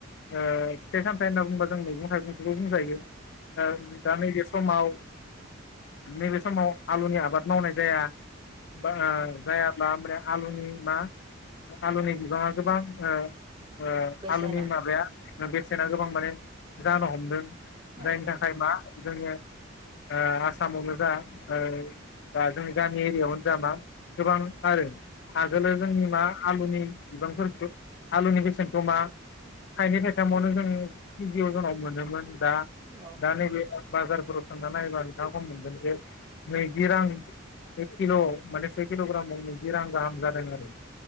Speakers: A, on the left; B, on the right.
A: ओ फिथाइ सामथायाइ होनना बुंङोबा जों मैगं-थाइगंखौबो बुंजायो ओ दा नैबे समाव नैबे समाव आलुनि आबाद मावनाय जाया बा
B: औ
A: जायाब्ला ओमबानिया आलुनि मा आलुनि बिबाङा गोबां ओ-ओ
B: बेसेना
A: आलुनि माबाया बेसेना गोबां माने जानो हमदों जायनि
B: औ
A: थाखाय मा जोंङो ओ आसामावनो जा बा जोंनि गामि एरियायावनो जा मा गोबां आरो । आगोल जोंनि मा आलुनि बिबांफोरखौ आलुनि बेसेनथ मा थाइनै थाइथामावनो जों केजियाव जोंनाव मोनोमोन दा
B: औ
A: दा नैबे बाजारफोराव सोंना नायोबा नोंथाङा खम मोनगोन जे नैजि रां एक किल'व माने से किल' ग्रामाव नैजि रां गाहाम जादों आरो